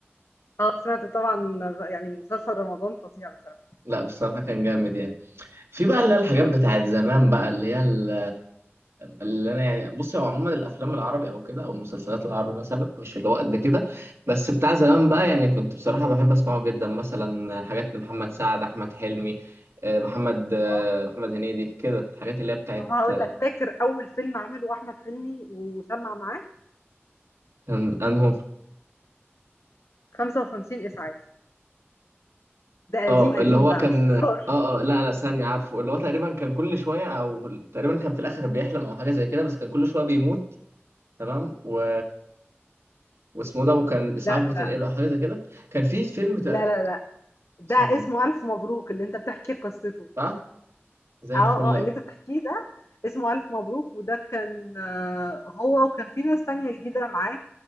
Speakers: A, on the left (about 80°); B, on the right (about 75°).
A: اه سمعت طبعا يعني مسلسل رمضان فظيع بصراحه
B: لا بصراحة كان جامد يعني في بقى اللي هي الحاجات
A: اه
B: بتاعت زمان بقى اللي هي ال- اللي انا يعني بصي هو عموما الافلام العربي او كده او المسلسلات العربي مثلا مش اللي هو قد كده بس بتاع زمان بقى يعني كنت بصراحه بحب اسمعه جدا مثلا حاجات لمحمد سعد احمد حلمي آه، محمد آه،
A: اه
B: محمد هنيدي كده الحاجات اللي هي بتاعت
A: طب هقول
B: آه،
A: لك فاكر اول فيلم عمله احمد حلمي وسمع معاه
B: كان انهم
A: 55 اسعاف ده
B: اه
A: قديم قديم
B: اللي هو
A: بقى
B: كان
A: مش هزار
B: اه اه لا لا ثانية عارفه اللي هو تقريبا كان كل شوية او تقريبا كان في الاخر بيحلم او حاجة زي كده بس كان كل شوية بيموت تمام و واسمه ده وكان اسعاف
A: لا
B: بتنقله
A: لا
B: او حاجه زي كده كان في فيلم تق-
A: لا لا لا ده
B: ثانيه
A: اسمه الف مبروك اللي انت بتحكي قصته
B: صح زي
A: آه،
B: الفل
A: آه،
B: قوي
A: اللي أنت بتحكيه ده اسمه ألف مبروك، وده كان آه، هو وكان في ناس تانية جديدة معاه،